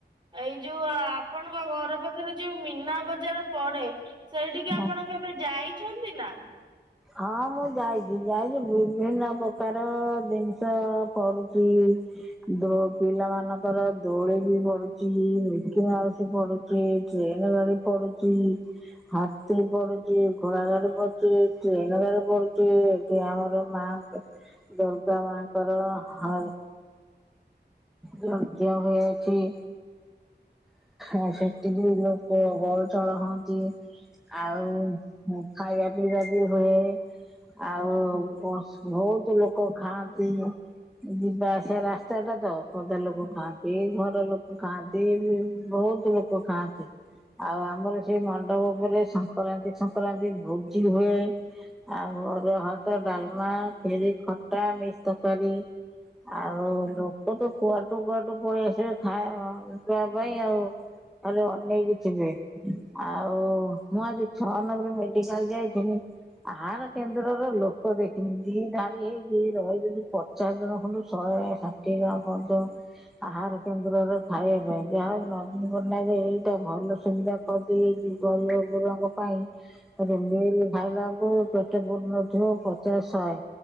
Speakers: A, on the right; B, in the centre.
A: ଏଇ ଯୋଉ ଆପଣଙ୍କ ଘର ପାଖରେ ଯୋଉ ମୀନା ବଜାର ପଡେ ସେଇଠିକି
B: କୁହନ୍ତୁ
A: ଆପଣ କେବେ ଯାଇଛନ୍ତି ନା?
B: ହଁ ମୁଁ ଯାଇଚି ଯାଇଚି ବିଭିନ୍ନ ପ୍ରକାର ଜିନିଷ ପଡୁଚି। ଚି ଦୋ ପିଲା ମାନଙ୍କର ଦୋଳି ବି ପଡୁଚି ମିକି ମାଉସି ପଡୁଚି। ଟ୍ରେନ୍ ଗାଡି ପଡୁଚି। ହାତୀ ପଡୁଚି ଘୋଢା ଗାଡି ପଡୁଚି ଟ୍ରେନ୍ ଗାଡି ପଡୁଚି ଏଠି ଆମର ମା ଦୁର୍ଗା ମାଙ୍କର ହା ପ୍ରତିମା ହୋଇଅଛି। ଆ ସେଠିବିି ଲୋକ ଗହଳ ଚହଳ ହଅନ୍ତି। ଆଉ ଖାଇବା ପିଇବା ବି ହୁଏ। ଆଉ ପର୍ସ ବହୁତ ଲୋକ ଖାଆନ୍ତି। ଯିବା ଆସିବା ରାସ୍ତା ଟା ତ ପଦା ଲୋକ ଖାଆନ୍ତି ଘର ଲୋକ ଖାଆନ୍ତି ବି ବହୁତ ଲୋକ ଖାଆନ୍ତି ଆଉ ଆମର ସେଇ ମ ପାଟ ଉପରେ ସଂକ୍ରାନ୍ତି ସଂକ୍ରାନ୍ତି ଭୋଜି ହୁଏ ଆଉ ଅରୁଆ ଭାତ ଡାଲମା ଫେରି ଖଟା ମିସ୍ ତକାରୀ। ଆଉ ଲୋକ ତ କୁଆଡୁ କୁଆଡୁ ପଳେଇ ଆସିବେ ଖାଇବା ପିଇବା ପାଇଁ ଆଉ। ତାହଲେ ଅନେଇକି ଯିବେ। ଆଉ ମୁଁ ଆଜି ଛଅ ନବର ମେଡିକାଲ ଯାଇଥିଲି। ଆହାର କେନ୍ଦ୍ରର ଲୋକ ଦେଖିନି ଦି ଧାଡି ହେଇକି ରହି ଯଦି ପଚାଶ ଜଣ ଖଣ୍ଡୁ ଶହେ <unintelligible> ଷାଠି କଣ ଆହାର କେନ୍ଦ୍ରରେ ଖାଇବା ପାଇଁ ଯା ନବୀନ ପଟ୍ଟନାୟକ ଦିଟା ଭଲ ସୁବିଧା ପାଉ ନିତିଗରିବ ଗୁଙ୍କ ପାଇଁ ଗୋଟେ ମିଲି ଖାଇଲାକୁ ପେଟ ପୁରୁ ନଥିବ ପଚସ ଶହେ